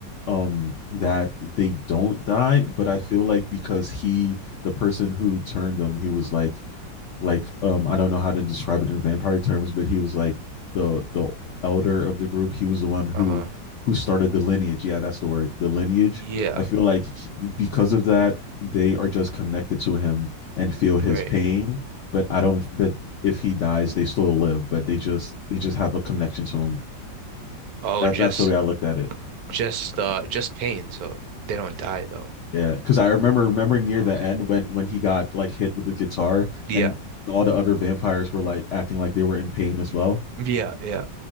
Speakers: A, on the left; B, on the right.
A: um that they don't die, but I feel like because he the person who turned them, he was like like um I don't know how to describe it in vampire terms, but he was like the the elder of the group. He was the one who
B: Uh-huh.
A: who started the lineage. Yeah, that's the word, the lineage.
B: Yeah,
A: I feel like he- because of that, they are just connected to him and feel his
B: right.
A: pain. But I don't. But if he dies, they still live. But they just they just have a connection to him.
B: Oh,
A: That
B: just
A: that's the way I looked at it.
B: just uh just pain, so they don't die though.
A: Yeah, because I remember remember near
B: Okay.
A: the end when when he got like hit with the guitar
B: Yeah.
A: and all the other vampires were like acting like they were in pain as well.
B: Yeah, yeah.